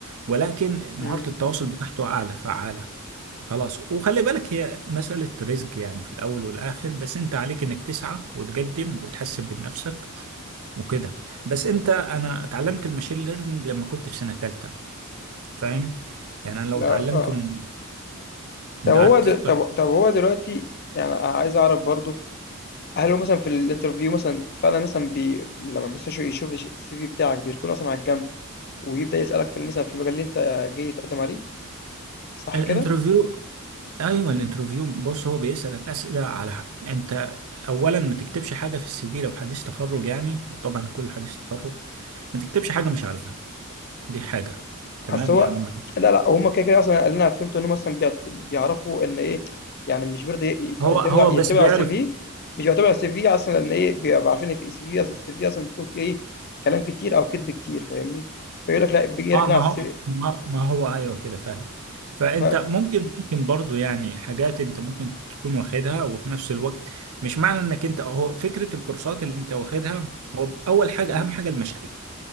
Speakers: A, on the right (about 80°); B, on the left (about 45°).
A: ولكن مهاره
B: امم
A: التواصل بتاعته اعلى فعاله خلاص وخلي بالك هي مسألة رزق يعني في الأول والآخر بس أنت عليك إنك تسعى وتقدم وتحسن من نفسك وكده بس أنت أنا اتعلمت الماشين ليرنينج لما كنت في سنة تالتة فاهم يعني أنا لو
B: لا
A: اتعلمته
B: اه
A: من
B: طب
A: قعدت
B: هو د...
A: ف-
B: طب طب هو دلوقتي يعني عايز أعرف برضو هل هو مثلا في الانترفيو مثلا فعلا مثلا بي... لما مثلا شو- يشوف السي في بتاعك بيكون أصلا على الجنب ويبدأ يسألك في مثلا في المجال اللي أنت جاي تقدم عليه صح
A: الانترفيو
B: كده؟
A: ايوه الانترفيو بص هو بيسالك اسئله على حق. انت اولا ما تكتبش حاجه في السي في لو حديث تخرج يعني وطبعا كل حديث تخرج ما تكتبش حاجه مش عارفها دي حاجه تمام
B: أصل هو
A: يعني ما-
B: لا، لأ، هُم كده، كده أصلًا اللي أنا فهمته إن هُم أصلًا بيعت بيعرفوا إن إيه، يعني مش برضه يت
A: هو
B: يعتمدوا
A: هو
B: ع يعتمدوا
A: بس بيعرف
B: على الCV مش بيعتمدوا على الCV أصلًا إن إيه، بيبقوا عارفين إن في CV أص الCV أصلًا بيكون فيه إيه، كلام كتير أو كدب كتير فاهمني، فيقول لك لأ بييجي يركن
A: اه ما
B: على
A: هو
B: الCV
A: ما ما هو ايوه كده فعلا فانت
B: ف
A: ممكن ممكن برضو يعني حاجات انت ممكن تكون واخدها وفي نفس الوقت مش معنى انك انت هو فكره الكورسات اللي انت واخدها هو اول حاجه
B: إمم.
A: اهم حاجه المشاريع